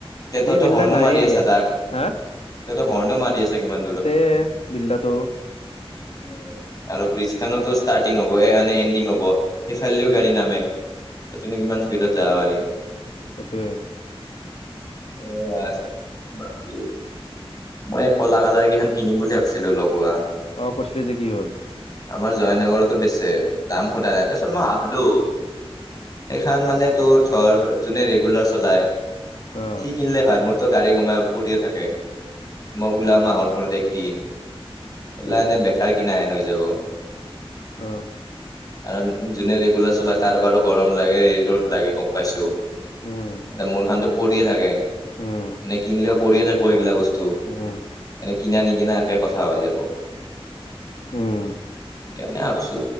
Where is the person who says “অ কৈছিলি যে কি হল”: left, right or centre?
Left